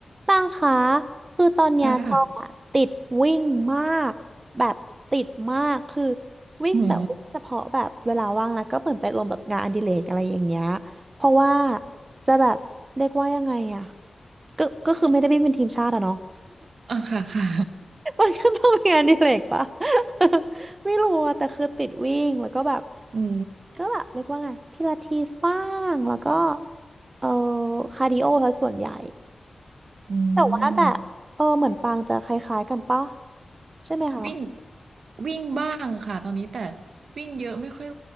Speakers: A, on the right (about 35°); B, on the right (about 80°).
A: ปังคะคือตอนเนี้ยตองอะติดวิ่งมากแบบติดมากคือ
B: ค่ะ
A: วิ่งแต่วิ่งเฉพาะแบบเวลาว่างแล้วก็เหมือนไปลงแบบงานอดิเรกอะไรอย่างเงี้ย
B: โหมู
A: เพราะว่าจะแบบเรียกว่ายังไงอะก็ก็คือไม่ได้วิ่งเป็นทีมชาติอะเนาะ
B: อ่ะค่ะค่ะ
A: <laughs> มันก็ต้องมีงานอดิเรกปะ <laughs> ไม่รู้อะแต่คือติดวิ่งแล้วก็แบบ
B: <laughs> หมู
A: ก็แบบเรียกว่าไงพิลาทิสบ้างแล้วก็เออคาร์ดิโอซะส่วนใหญ่
B: อื
A: แต่ว่าแบบเออเหมือนปางจะคล้ายๆกันปะ
B: ม
A: ใช่ไหมคะ
B: วิ่งวิ่งบ้างค่ะตอนนี้แต่วิ่งเยอะไม่ค่อย